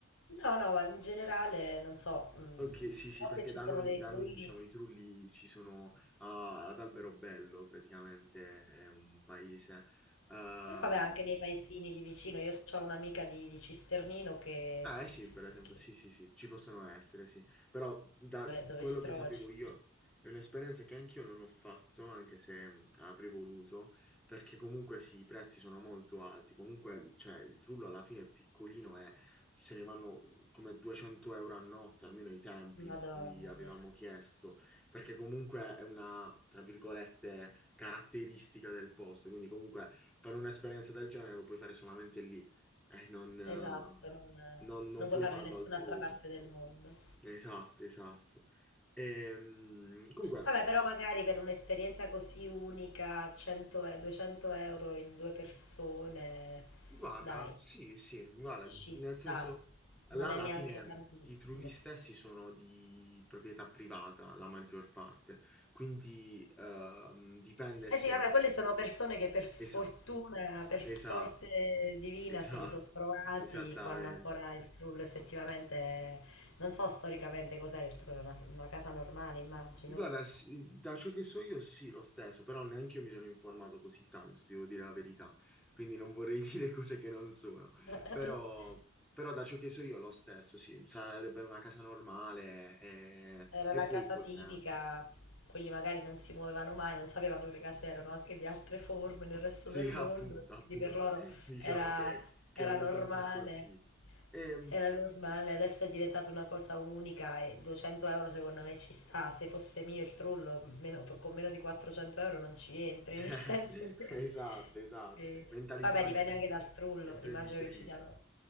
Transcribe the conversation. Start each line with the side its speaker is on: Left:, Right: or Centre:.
Left: No, no, ma in generale, non so, mh,
Centre: Ok, sì,
Left: so
Centre: sì, perché
Left: che ci
Centre: da
Left: sono
Centre: noi,
Left: dei
Centre: da
Left: trulli,
Centre: noi, diciamo, i trulli ci sono ah, ad Alberobello, praticamente è un paese. Ehm,
Left: però vabbè, anche nei paesini lì vicino, io ho un'amica di, di Cisternino che,
Centre: Ah, eh sì, per esempio,
Left: che-
Centre: sì, sì, sì, ci possono essere, sì. Però da
Left: dove, dove
Centre: quello
Left: si trova
Centre: che sapevo
Left: Cisternino,
Centre: io, è un'esperienza che anch'io non ho fatto, anche se mh, avrei voluto, perché comunque sì, i prezzi sono molto alti. Comunque, cioè, il trullo alla fine è piccolino e se ne vanno come 200 euro a notte, almeno ai tempi
Left: Madonna
Centre: in cui avevamo
Left: mia.
Centre: chiesto, perché comunque è una, tra virgolette, caratteristica del posto. Quindi comunque fare un'esperienza del genere lo puoi fare solamente lì. E non, eh,
Left: Esatto, non,
Centre: non, non
Left: non
Centre: puoi
Left: puoi farlo
Centre: farlo
Left: in nessun'altra
Centre: altrove.
Left: parte del mondo.
Centre: Esatto, esatto. Ehm, comunque,
Left: Vabbè, però magari per un'esperienza così unica, 100 e 200 euro in due persone,
Centre: guarda,
Left: dai,
Centre: sì, sì, guarda,
Left: ci sta,
Centre: nel senso,
Left: non
Centre: là alla
Left: è neanche
Centre: fine
Left: tantissimo.
Centre: i trulli stessi sono di proprietà privata, la maggior parte, quindi ehm, dipende se...
Left: Eh sì, vabbè, quelle sono persone che per fortuna,
Centre: Esatto,
Left: per
Centre: esatto,
Left: sorte divina,
Centre: esatto,
Left: se li sono trovati
Centre: esattamente.
Left: quando ancora il trullo effettivamente, non so storicamente cos'era il trullo, era una, una casa normale, immagino.
Centre: Guarda, sì, da ciò che so io sì, lo stesso, però neanche io mi sono informato così tanto, se devo dire la verità, quindi non vorrei <laughs> dire cose che non sono,
Left: <laughs>
Centre: però, però da ciò che so io lo stesso, sì, sarebbe una casa normale e,
Left: Era
Centre: e
Left: la
Centre: poi
Left: casa
Centre: col
Left: tipica,
Centre: tempo.
Left: quelli magari non si muovevano mai, non sapevano che le case erano anche di altre forme nel resto
Centre: Sì,
Left: del
Centre: <laughs> appunto,
Left: mondo,
Centre: appunto,
Left: quindi per loro
Centre: diciamo
Left: era,
Centre: che, che
Left: era
Centre: è andata
Left: normale,
Centre: un po' così. Ehm,
Left: era normale, adesso è diventata una cosa unica e 200 euro secondo me ci sta, se fosse mio il trullo meno- con meno di 400 euro non ci entri,
Centre: <laughs>
Left: nel senso che...
Centre: cioè, <laughs> esatto, esatto,
Left: che-
Centre: mentalità
Left: Vabbè,
Centre: da
Left: dipende
Centre: impren-
Left: anche dal trullo,
Centre: da imprenditrice.
Left: immagino che ci siano...